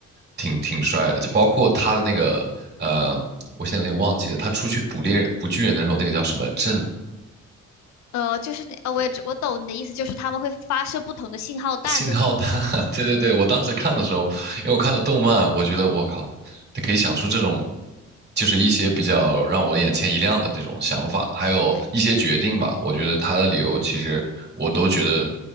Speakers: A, on the right; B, on the left.
A: 挺挺帅的。就包括他的那个呃，我现在有点忘记了，他出去捕猎捕巨人的时候，那个叫什么镇
B: 呃，就是那呃，我也知我懂你的意思，就是他们会发射不同的信号弹的那个。
A: 信号弹，<laughs>
B: 嗯
A: 对对对，我当时看的时候，因为我看了动漫，我觉得我靠，他可以想出这种，就是一些比较让我眼前一亮的这种想法，还有一些决定吧。
B: 对，
A: 我觉得他的理由其实我都觉得，